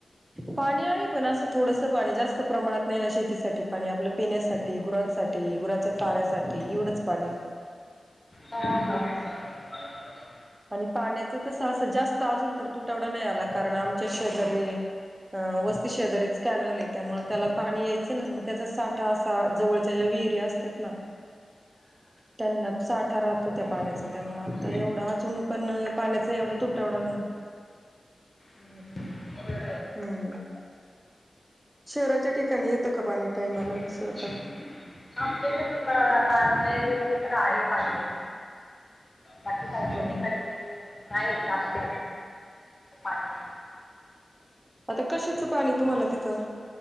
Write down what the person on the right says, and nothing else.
पाणी आहे पण असं थोडस पाणी जास्त प्रमाणात नाही ना शेतीसाठी पाणी आपलं पिण्यासाठी गुरांसाठी गुराच्या चाऱ्यासाठी एवढंच पाणी
आणि पाण्याच तस असं जास्त अजून तर तुटवडा नाही आला कारण आमच्या शेजारी अ वस्ती शेजारी्याच कॅनल आहे त्यामुळे त्याला पाणी यायचं ना मग त्याचा साठ ठा असा जवळच्या ज्या विहिर्या असतात ना त्यांना साठा राहतो त्या पाण्याचा
त्यामुळे आता एवढा अजून पण पाण्याचा एवढा तुट वडा नाही
हम्म शहराच्या ठिकाणी येतं का पाणी टायमाला
असं आता
ह
आता कशाचं पाणी तुम्हाला तिथं